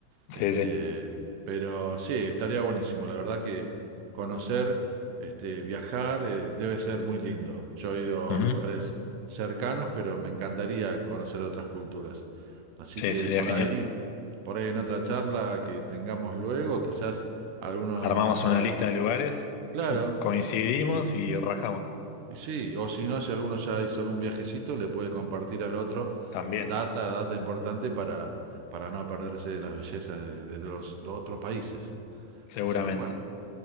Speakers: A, on the right (about 80°); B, on the left (about 80°).
A: Este,
B: <laughs> sí, sí.
A: pero sí, estaría buenísimo. La verdad que conocer, este, viajar, eh, debe ser muy lindo. Yo he ido
B: Ujú.
A: a lugares cercanos, pero me encantaría conocer otras culturas. Así
B: Sí,
A: que
B: sería
A: por
B: genial.
A: ahí, por ahí en otra charla que tengamos luego, quizás alguno
B: Armamos
A: vaya.
B: una lista de lugares,
A: Claro.
B: coincidimos y rajamos.
A: Y sí, o si no, si alguno ya hizo algún viajecito, le puede compartir al otro
B: También,
A: data, data importante para, para no perderse de las bellezas de, de los, los otros países.
B: seguramente.
A: Así que bueno,